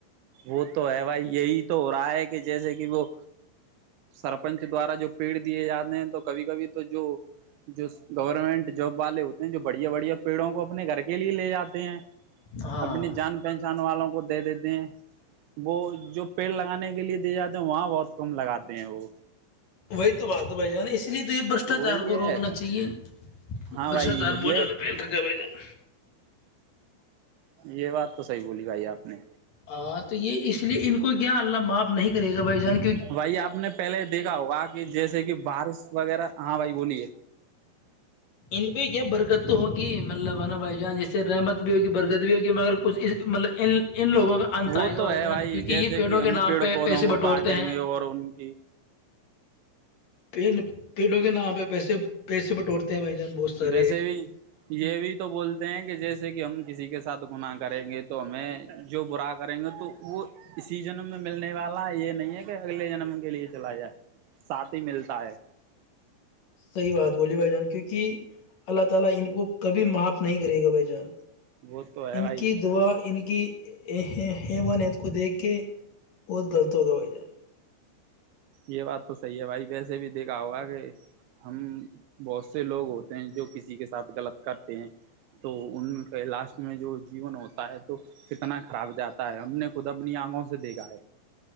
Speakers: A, on the right (about 80°); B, on the left (about 50°).
A: وہ تو ہے ب یہی تو ہو رہا ہے کہ جیسے کہ وہ سرپنچ دوارا جو پیڑ دیے جاتے ہیں تو کبھی کبھی تو جو جو گورنمنٹ جاب والے ہوتے ہیں جو بڑیا بڑیا پڑوں کو اپنے گھر کے گ لیے لے جات ہیں
B: ہاں
A: اپنی جان پہچان والوں کو دے دیتے ہیں وہ جو پیڑ لگانے کے لیے دیے جاتے ہیں وہاں بہت کم لگاتے ہیں وہ
B: وہی تو بات ہو بھائی جانا اس اس لیے تو یہ برشٹاچار
A: وہی
B: کو
A: ہے
B: روکنا چاہیے
A: ہاں
B: برشٹاچار
A: بھائی
B: بہت
A: یہ
B: زیادہ پیل تھا گ بائی جان
A: یہ بات تو صحیح بولی بھائی آپ نے
B: ہاں تو یہ اس لیے ان کو کو کیا اللہ معاف نہیں کرے گا بھائی جان کے
A: بھائی آپ نے پہلے دیکھا ہوگا کہ جیسے کہ بارش وغیرہ ہاں بھائی بولیے
B: ان پہ کیا برکت تو ہوگی مطلب ہے نا بھائی جان جیسے رحمت بھی ہوگی برکت بھی ہوگی مگر کچھ مطلب ان لوگوں کا انت
A: وہ
B: آئے گا
A: تو ہے
B: جان
A: بھائی
B: کیونکہ
A: جیسے
B: یہ پیڑوں
A: کہ ہم
B: کے نام
A: پیڑ
B: پہ
A: پودوں
B: پیسے
A: کو
B: بٹورتے
A: کاٹیں
B: ہیں
A: گے اور ان کی
B: پڑ پیڑوں کے ن پہ پیسے پیسے بٹورتے ہیں بھائی جان بہت سارے
A: ویسے بھی یہ بھی تو بولتے ہیں کہ جیسے کہ ہم کسی کے ساتھ گنااہ کریں گے تو ہمیں جو برا کریں گے تو وہ اسی جنم میں ملنے والا یہ نہیں ہے کہ اگلے جنم کے لیے چلا جائے ساتھ ہی ملتا ہے
B: صحیح بات بولی بھائی جان کیونکہ اللہ تعا لا ان کو کبھی معاف نہیں کرے گا بھائی جان
A: وہ تو ہے
B: ان
A: بھائی
B: کی دعا ان کی ہیما نت کو دیکھ کے بہت غلط ہوگا بھ جان
A: یہ بات تو صحیح ہے بھائی ویسے بھی دیکھا ہوگا کہ ہم بہت سے لوگ ہوتے ہیں جو کسی کے ساتھ غلط کرتے ہیں تو ان کے لاسٹ میں جو جیون ہوتا ہے تو کتنا خراب جاتا ہے ہم نے خود اپنی آنکھوں سے دیکھا ہے